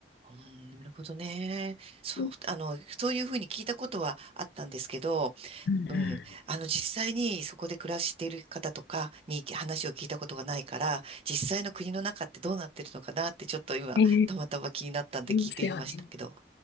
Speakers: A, on the right; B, on the left.
A: うん、なるほどね。そう、
B: うん
A: あの、そういうふうに聞いたことはあったんですけど、
B: うん。
A: うん、あの、実際にそこで暮らしている方とかに話を聞いたことがないから、実際の国の中ってどうなってるのかなって、ちょっと今、
B: ええ、
A: たまたま気になったんで聞いてみましたけど。
B: いいですよね。